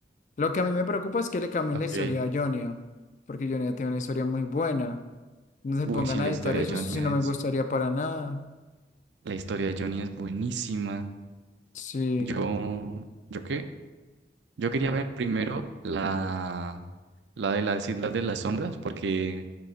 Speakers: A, on the left (about 45°); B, on the right (about 85°).
A: Lo que a mí me preocupa es que le cambien
B: Ok.
A: la historia a Jonia, porque Jonia tiene una historia muy buena. No se
B: Uy,
A: pongan
B: sí, la
A: a
B: historia
A: editar eso,
B: de Johnny
A: eso sí no me
B: es,
A: gustaría para nada.
B: la historia de Johnny es buenísima.
A: Sí,
B: Yo, ¿yo qué? Yo quería ver primero la, la de las Islas de las Sombras porque